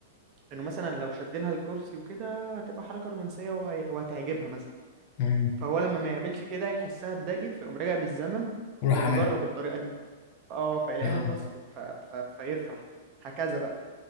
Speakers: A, on the right (about 40°); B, on the left (about 45°).
A: انه مثلا لو شد لها الكرسي وكده هتبقى حركة رومانسية وهي... وهتعجبها مثلا
B: امم
A: فهو لما ما يعملش كده يحسها اتضايقت فيقوم راجع بالزمن
B: وراح
A: ومجرب
B: عاملها
A: الطريقة دي اه فيلاقيها
B: اه
A: اتبسطت ف... ف... فيفرح هكذا بقى